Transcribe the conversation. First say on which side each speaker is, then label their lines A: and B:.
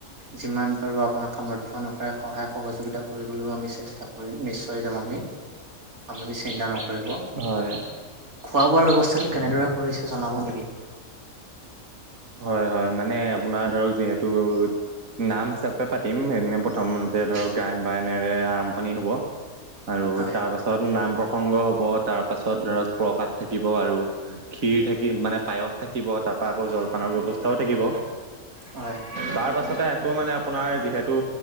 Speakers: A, on the right; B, on the right.
A: যিমান পাৰো আপোনাক সমৰ্থ্য অনুসাৰে সহায় সহযোগিতা কৰ <unintelligible> চেষ্টা কৰিম নিশ্চয় যাম আমি, আপুনি চিন্তা নক কৰিব।
B: হয়
A: খোৱা বোৱাৰ ব্যৱস্থাটো কেনেদৰে কৰিছে জনাব নেকি?
B: হয়, হয়, মানে আপোনাৰ ধৰক যিহেতু নাম হিচাপে পাতিম সেইদিনা প্ৰথমতে ধৰক গায়ন বায়নেৰে আৰম্ভণি হ'ব। আৰু
A: হয়
B: তাৰপাছত নাম প্ৰসংগ হ'ব তাৰপাছত ধৰক প্ৰসাদ থাকিব আৰু। খীৰ থাকি মানে পায়স থাকিব তাৰ পৰা আকৌ জলপানৰ ব্যৱস্থাও থাকিব।
A: হয়,
B: তাৰ পাছতে আকৌ মানে আপোনাৰ যিহেতু,